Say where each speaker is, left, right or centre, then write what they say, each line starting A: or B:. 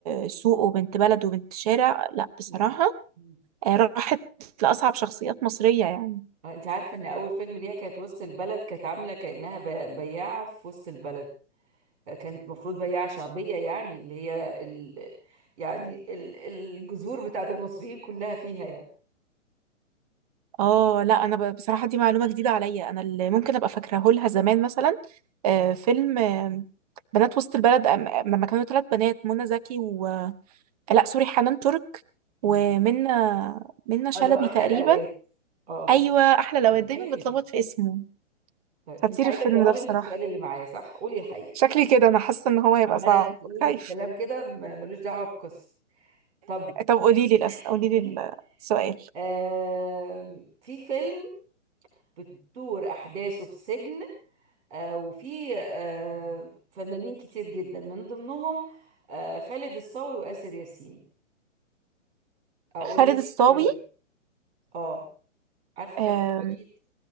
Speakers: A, on the right; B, on the right.
A: سوق وبنت بلد وبنت شارع لا بصراحة
B: مم. مم.
A: آه، راحت لأصعب شخصيات مصرية يعني
B: آه، انت عارفه ان اول فيلم ليها كانت وسط البلد كانت عامله كانها ب- بياعه في وسط البلد آه، كانت المفروض بياعه شعبيه يعني اللي هي ال... يعني ال... الجذور بتاعت المصريين كلها فيها يعني
A: اه لا انا ب- بصراحه دي معلومه جديده عليا انا اللي ممكن ابقى فاكراه لها زمان مثلا آه، فيلم آه، بنات وسط البلد أم- لما كانوا ثلاث بنات منى زكي و لا سوري حنان ترك ومنى
B: مم.
A: منى شلبي
B: الله احلى
A: تقريبا
B: الاوقات اه بالظبط
A: ايوه احلى لو
B: احلى
A: دايما
B: اي خدمه
A: بتلخبط في اسمه
B: طيب
A: خطير
B: انت عايزه
A: الفيلم
B: تزوغي
A: ده بصراحه
B: من السؤال اللي معايا صح قولي الحقيقه
A: شكلي كده انا حاسه ان هو هيبقى
B: عماله
A: صعب
B: تقولي
A: خايف
B: في كلام كده ما- ملوش دعوه بقصه طب
A: طب قولي لي الأس...
B: <laughs>
A: قولي لي السؤال
B: آم، في فيلم بتدور احداثه في سجن آه، وفي آه، فنانين كتير جدا من ضمنهم آه، خالد الصاوي وآسر ياسين اقول
A: خالد
B: لك
A: الصاوي
B: اختيارات. اه عارفه
A: آم،
B: خالد الصاوي اكيد